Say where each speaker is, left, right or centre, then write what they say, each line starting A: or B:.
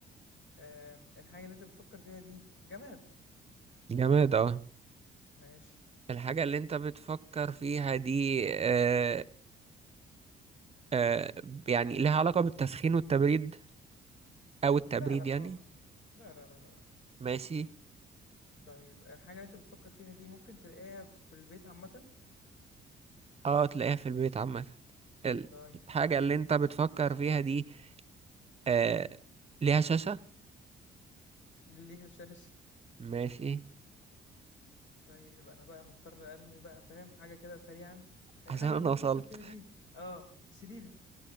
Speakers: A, on the left; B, on the right.
A: آه الحاجه اللي انت بتفكر فيها دي جماد
B: جماد اه
A: ماشي
B: الحاجة اللي انت بتفكر فيها دي آه آه يعني لها علاقة بالتسخين والتبريد او التبريد
A: لا لا
B: يعني
A: خالص لا لا لا لا لا.
B: ماشي
A: طيب الحاجه اللي انت بتفكر فيها دي ممكن تلاقيها في البيت عامه
B: اه تلاقيها في البيت عامة ال-
A: طيب
B: الحاجة اللي انت بتفكر فيها دي آه ليها شاشة
A: ليها شاشه
B: ماشي
A: طيب انا بقى مضطر ارمي بقى فاهم حاجه كده سريعا الحاجه
B: عشان
A: اللي
B: انا
A: انت بتفكر
B: وصلت
A: فيها دي اه سرير